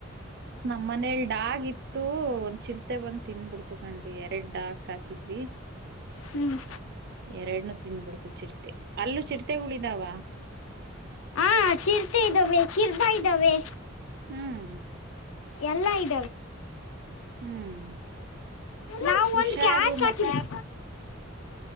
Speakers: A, on the right (about 55°); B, on the left (about 85°).
A: ನಮ್ಮ್ ಮನೇಲ್ ಡಾಗ ಇತ್ತು ಒಂದ್ ಚಿರ್ತೆ ಬಂದ್ ತಿನ್ಬಿಡ್ತು ಹಕಂಡ್ರಿ ಎರಡ್ ಡಾರ್ಕ್ಸ್ ಹಾಕಿದ್ವಿ
B: ಹ್ಮ್
A: ಎರಡ್ನ ತಿಂದ್ಬಿಡ್ತು ಚಿರ್ತೆ ಅಲ್ಲೂ ಚಿರ್ತೆಗಳಿದಾವ
B: ಹ ಚಿರ್ತೆ ಇದ್ದಾವೆ ಚಿರ್ದಾ ಇದ್ದಾವೆ
A: ಹ್ಮ್
B: ಎಲ್ಲಾ ಇ
A: ಹ್ಮ್
B: ನಾವು
A: ಹುಷಾರು
B: ಒಂದು ಕ್ಯಾಟ್ಸ್
A: ಮತ್
B: ಹಾಕಿದ್ವಿ